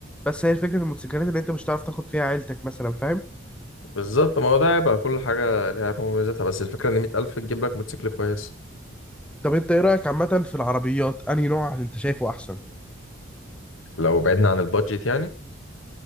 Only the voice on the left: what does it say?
بالظبط ما هو ده هيبقى كل حاجة ليها عيبها ومميزاتها بس الفكرة إن مية ألف تجيب لك موتوسيكل كويس
لو بعدنا عن البادجت يعني